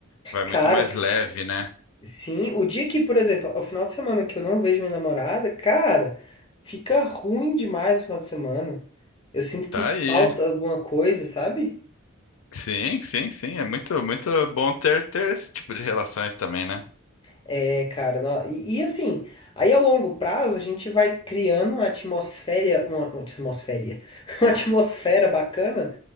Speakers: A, on the left; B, on the left.
A: vai muito
B: Cara,
A: mais leve, né?
B: Sim, o dia que, por exemplo, o final de semana que eu não vejo minha namorada, cara, fica ruim demais o final de semana. Eu sinto que
A: Tá
B: falta
A: aí.
B: alguma coisa, sabe?
A: Sim, sim, sim. É muito, muito bom ter, ter esse tipo de relações também, né?
B: É, cara, nó- e, e assim, aí ao longo prazo a gente vai criando uma atmosfera, uma, uma atmosfera, <laughs> uma atmosfera bacana